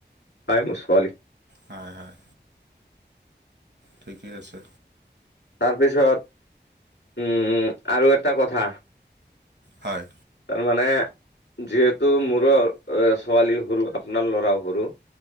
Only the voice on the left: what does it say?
হয় মোৰ ছোৱালী
তাৰপিছত উম আৰু এটা কথা
মানে যিহেতু মোৰো ছোৱালী সৰু আপোনাৰ ল'ৰাও সৰু